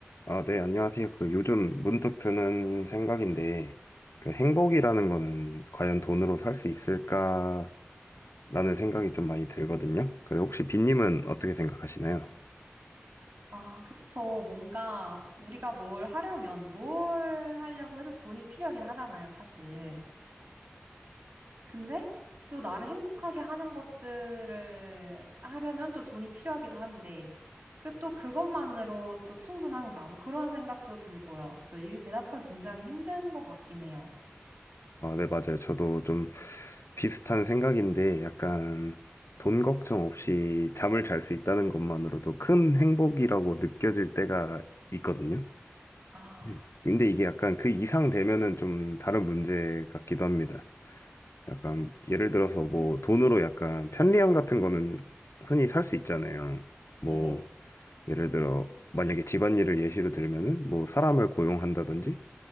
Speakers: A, on the left (about 85°); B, on the right (about 65°).
A: 아, 네, 안녕하세요. 그 요즘 문득 드는 생각인데, 그 행복이라는 거는 과연 돈으로 살 수 있을까라는 생각이 좀 많이 들거든요. 그래, 혹시 빈님은 어떻게 생각하시나요?
B: 아, 그쵸. 뭔가 우리가 뭘 하려면 뭘 하려고 해도 돈이 필요하긴 하잖아요, 사실. 근데 또 나를 행복하게 하는 것들을 하려면 또 돈이 필요하기도 한데, 그 또 그것만으로 또 충분한가? 뭐 그런 생각도 들고요. 그쵸. 이 대답하기 굉장히 힘든 것 같긴 해요.
A: 아, 네, 맞아요. 저도 좀 비슷한 생각인데, 약간 돈 걱정 없이 잠을 잘 수 있다는 것만으로도 큰 행복이라고 느껴질 때가 있거든요.
B: 아,
A: 네. 근데 이게 약간 그 이상 되면은 좀 다른 문제 같기도 합니다. 약간 예를 들어서 뭐 돈으로 약간 편리함 같은 거는 흔히 살 수 있잖아요.
B: 네.
A: 뭐 음, 예를 들어 만약에 집안일을 예시로 들면은 뭐 사람을 고용한다든지